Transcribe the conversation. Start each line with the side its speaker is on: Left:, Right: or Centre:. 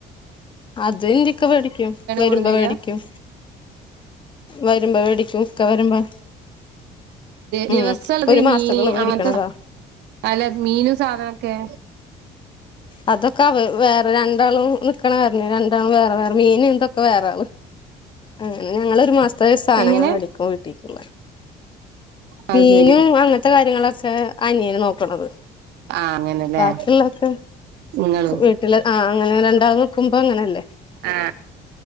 Left: അത് എന്റിക്ക വേടിക്കും വരുമ്പോ
Right: കൊടുന്നേര
Left: വേടിക്കും. വരുമ്പോ വേടിക്കും ഇക്ക വരുമ്പോ ഉം
Right: ദിവസംള്ളത്
Left: ഒരു മാസത്തേക്കുള്ള
Right: മീൻ
Left: വേടിക്കണതാ
Right: അങ്ങനത്തെ അല്ല മീനും സാധനൊക്കെ
Left: അതൊക്കെ വേറെ രണ്ടാളും നിക്കണ റഞ്ഞ രണ്ടാളും വേറെ വേറെ മീൻ ഇതൊക്കെ വേറണ്. അങ്ങനെ ഞങ്ങൊള് ഒരു മാസത്തെ സാധനങ്ങൾ
Right: എങ്ങനെ
Left: മേടിക്കും വീട്ടിക്ക് അല്ല
Right: അത്
Left: മീനും
Right: ശരി
Left: അങ്ങനത്തെ കാര്യങ്ങളൊക്കെ അനിയനെ നോക്കണത്.
Right: ആ അങ്ങനെല്ലേ
Left: ബാക്കിയുള്ളൊക്കെ
Right: നിങ്ങളും
Left: വീട്ടില് ആ അങ്ങനെ രണ്ടാ നിക്കുമ്പോ അങ്ങനെല്ലേ
Right: ആ